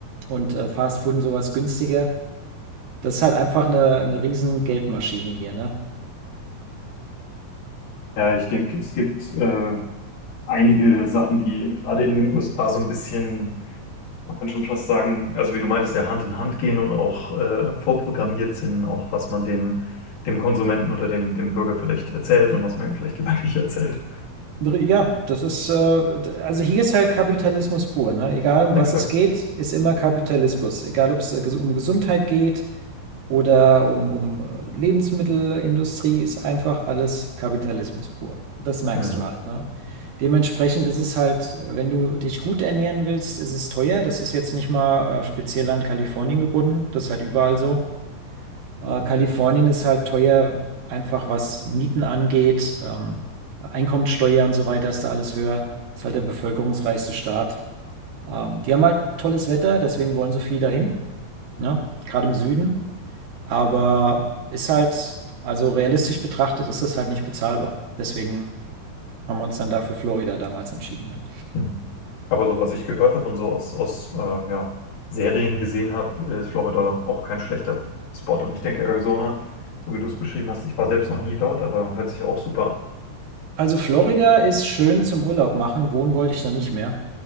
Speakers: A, on the right; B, on the left.
A: und äh, Fast Food und sowas günstiger. Das ist halt einfach eine, eine riesen Geldmaschine hier, ne?
B: Ja, ich denke, es gibt äh, einige Sachen, die gerade in den USA so ein bisschen Man kann schon fast sagen, also wie du meintest, ja Hand in Hand gehen und auch äh, vorprogrammiert sind, auch was man dem, dem Konsumenten oder dem, dem Bürger vielleicht erzählt und was man ihm vielleicht <laughs> lieber nicht erzählt.
A: Ja, das ist, äh, also hier ist halt Kapitalismus pur, ne? Egal um
B: Exakt.
A: was es geht, ist immer Kapitalismus. Egal ob es äh, ges- um Gesundheit geht oder um, um äh, Lebensmittelindustrie, ist einfach alles Kapitalismus pur. Das merkst
B: Mhm.
A: du halt, ne? Dementsprechend ist es halt, wenn du dich gut ernähren willst, ist es teuer. Das ist jetzt nicht mal äh, speziell an Kalifornien gebunden. Das ist halt überall so. Äh, Kalifornien ist halt teuer, einfach was Mieten angeht, ähm, Einkommensteuer und so weiter ist da alles höher. Ist halt der bevölkerungsreichste Staat. Ähm, die haben halt tolles Wetter, deswegen wollen so viel dahin, ne? Gerade im Süden. Aber ist halt, also realistisch betrachtet, ist das halt nicht bezahlbar. Deswegen haben wir uns dann dafür Florida damals entschieden. Ne?
B: Mhm. Aber so was ich gehört habe und so aus, aus äh, ja, Serien gesehen habe, ist Florida auch kein schlechter Spot. Und ich denke, Arizona, so wie du es beschrieben hast, ich war selbst noch nie dort, aber hört sich auch super an.
A: Also Florida ist schön zum Urlaub machen. Wohnen wollte ich da nicht mehr.